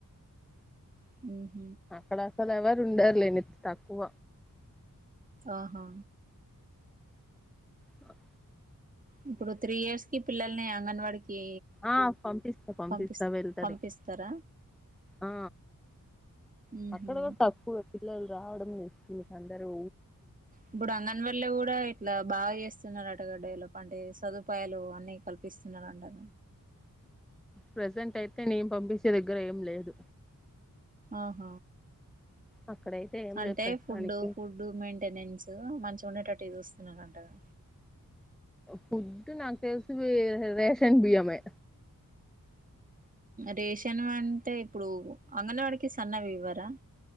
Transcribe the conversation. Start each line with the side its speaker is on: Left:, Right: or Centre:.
Right: హ హ
Centre: అక్కడసలు ఎవరు ఉండర్లేని తక్కువ
Right: ఆహా
Centre: స
Right: ఇప్పుడు త్రీ ఇయర్స్ కి పిల్లల్ని అంగన్వాడికి
Centre: ఆ పంపిస్తా పంపిస్తా
Right: పంపి
Centre: వెళ్తది
Right: పంపిస్త తర
Centre: ఆ
Right: ఉహు
Centre: అక్కడ కూడా తక్కువే పిల్లలు రావడం వస్తు అందరూ
Right: ఇప్పుడు అంగన్వా వల్లే కూడా ఇట్లా బాగా చేస్తున్నారు అంట డెవలప్ అంటే ట సదుపాయాలు అన్నీ కల్పిస్తున్నారంట
Centre: ప్రజెంట్ అయితే నేను పంపించే దగ్గర ఏం లేదు
Right: ఆహ
Centre: అక్కడైతే ఏం
Right: అంటే
Centre: లేదు ప్రస్తుతానికి
Right: ఫుడ్ ఫుడ్ రూమ్ మెయింటెనెన్స్ మంచిగా ఉండేటట్టు చూస్తున్నారంటగా
Centre: ఫుడ్ నాకు తెలిసి రేషన్ బియ్యమే
Right: రేషన్ అంటే ఇప్పుడు అంగనవాడికి సన్నవి ఇవ్వరా